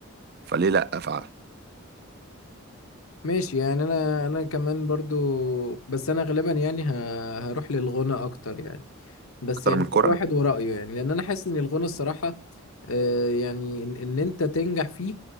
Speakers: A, on the right (about 45°); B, on the left (about 70°).
A: فليه لأ فعلا
B: ماشي يعني انا انا كمان برضو بس انا غالبا يعني ه- هروح للغنى اكتر يعني بس
A: أكتر
B: يعني
A: من الكرة
B: كل واحد ورأيه يعني لان انا حاسس ان الغنى الصراحة آه، يعني ان إن انت تنجح فيه